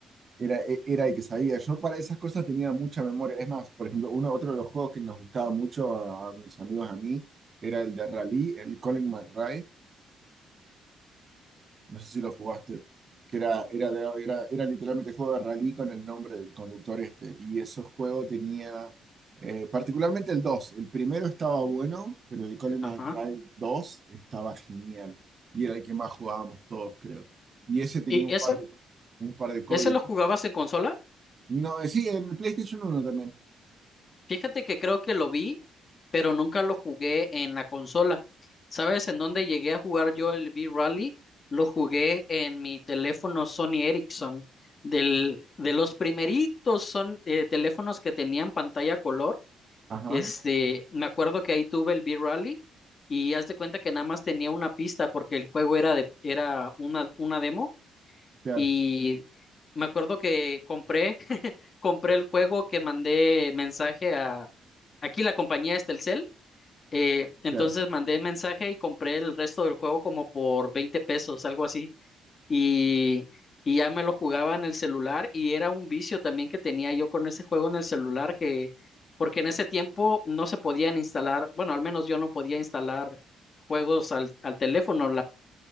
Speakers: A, on the right; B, on the left.
A: era, e- era el que sabía. Yo para esas cosas tenía mucha memoria. Es más, por ejemplo, uno, otro de los juegos que nos gustaba mucho a, a mis amigos a mí, era el de Rally, el Colin McRae no sé si lo jugaste, que era, era, de- era, era literalmente juego de rally con el nombre del conductor este. Y ese juego tenía, eh, particularmente el 2 el primero estaba bueno, pero el Colin McRae
B: Ajá.
A: 2 estaba genial. Y era el que más jugábamos todos, creo. Y ese tenía
B: ¿Y
A: un
B: ese,
A: par de, un par de códigos.
B: ese lo jugabas en consola?
A: No, eh, sí, en el PlayStation uno también.
B: Fíjate que creo que lo vi, pero nunca lo jugué en la consola. ¿Sabes en dónde llegué a jugar yo el V-Rally? Lo jugué en mi teléfono Sony Ericsson, del, de los primeritos son, eh, teléfonos que tenían pantalla color.
A: Ajá,
B: Este, me acuerdo que ahí tuve el V-Rally y haz de cuenta que nada más tenía una pista porque el juego era de, era una, una demo
A: claro,
B: y me acuerdo que compré, <laughs> compré el juego que mandé mensaje a, aquí la compañía es Telcel, eh, entonces
A: claro.
B: mandé mensaje y compré el resto del juego como por 20 pesos, algo así, y, y ya me lo jugaba en el celular y era un vicio también que tenía yo con ese juego en el celular que, porque en ese tiempo no se podían instalar, bueno, al menos yo no podía instalar juegos al, al teléfono,